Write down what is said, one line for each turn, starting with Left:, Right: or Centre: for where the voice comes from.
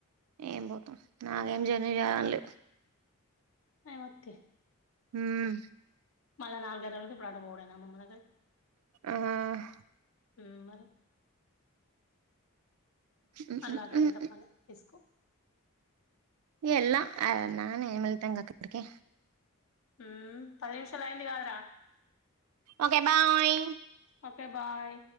Right: ఏం పోతాం నాకేం జర్నీ చేయాలనిలే
Left: ఐ వత్తే
Right: ఉమ్
Left: మళ్ళ నాలుగు గంటల నుండి అప్పుడు అటు పోవుడే నా అమ్మమ్మ దగ్గరక్
Right: ఆహ్
Left: ఉమ్ మరి
Right: మ్మ్
Left: అల్లాట
Right: మ్మ్
Left: ఎంత పని ఇస్కు
Right: ఎల్నా <unintelligible> ఇప్పుడికే
Left: హ్మ్ పది నిమిషాలు అయింది కాదరా
Right: ఓకే బాయ్
Left: ఓకే బాయ్